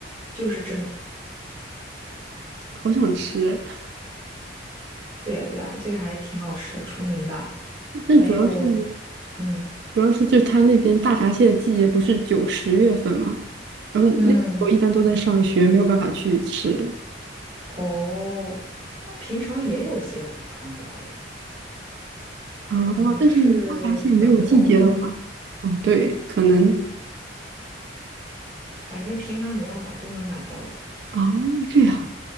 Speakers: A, on the right; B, on the right.
A: 就是这么。
B: 好想吃。
A: 对呀对呀，这个还挺好吃的，出名的。
B: 但主要是
A: 还有，嗯
B: 主要是就他那边大闸蟹的季节不是九十月份嘛，然后那个时候一般都在上学，
A: 嗯，
B: 没有办法去吃
A: 哦，那平常也有蟹黄汤包呀，
B: 啊。
A: 它可能是冷冻的，
B: 但是大闸蟹没有季节的话，哦，对，可能
A: 反正平常你要买都能买到的。
B: 哦这样